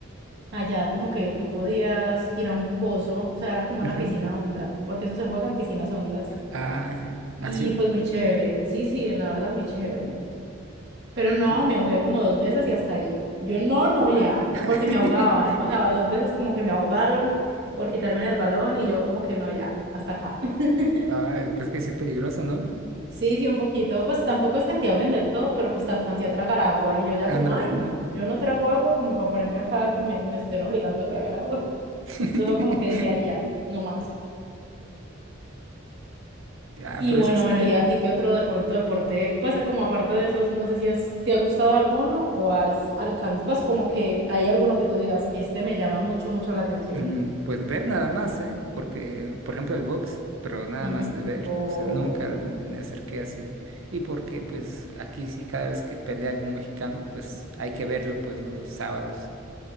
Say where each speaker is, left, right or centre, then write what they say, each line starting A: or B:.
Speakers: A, on the right; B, on the right.
A: allá como que tú podías ir a un pozo, o sea, era como
B: ujú,
A: una piscina honda, porque eso se juega en piscinas hondas.
B: ah,
A: Y
B: así,
A: pues muy chévere, sí, sí, la verdad muy chévere. Pero no,
B: y,
A: me ahogué como dos veces y hasta ahí. Yo no, no, ya,
B: ah. <laughs>
A: porque me ahogaban. O sea, dos veces como que me ahogaron por quitarme el balón y yo como que no, ya, hasta acá. <laughs>
B: Ay, pues que sí es peligroso, ¿no?
A: Sí, sí, un poquito. Pues tampoco es que te ahoguen del todo, pero pues te alcancé a tragar agua y yo ya
B: Ándale.
A: como, ay, no, yo no trago agua como para ponerme acá que me, me estén obligando a tragar agua. <laughs>
B: <laughs>
A: Entonces fue como que dije, ay, ya, no más.
B: Ah,
A: Y
B: pero
A: bueno,
B: eso es,
A: bueno, ¿y a ti qué otro de pronto deporte? Pues como aparte de esos, no sé si has, te ha gustado alguno o has alcanzado, pues como que hay alguno que tú digas, este me llama mucho, mucho la atención.
B: mm, pues ver nada más, ¿eh? Porque, por ejemplo, el box, pero nada
A: Ujú.
B: más de ver,
A: O,
B: o sea, nunca l- me acerqué así. Y porque, pues, aquí sí, cada vez que pelea algún mexicano, pues hay que verlo, pues, ¿no? Los sábados.